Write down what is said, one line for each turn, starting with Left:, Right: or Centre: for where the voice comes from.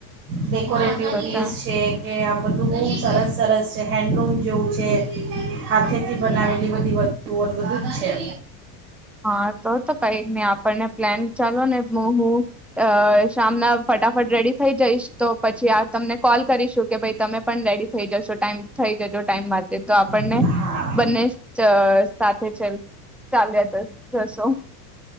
Right: ડેકોરેટિવ
Centre: હા તો
Right: પીસ
Centre: ચાલ
Right: છે કે આમ બધું બહુજ તરસ. સરસ છે. હેન્ડલૂમ જેવું છે. હાથેથી બનાવેલી બધી વતુઓ ને બધું જ છે.
Centre: હા તો તો કઈ જ નહી આપણને પ્લેન ચાલો ને હું હું અ શામના ફટાફટ રેડી થઈ જઈશ તો પછી આ તમને કોલ કરીશું કે ભાઈ તમે પણ રેડી થઈ જશો ટાઈમ થઈ જજો. ટાઈમ માતે તો આપ આપણને
Right: છે હા
Centre: બંને ચ સાથે ચલ ચાલ્યા જસો.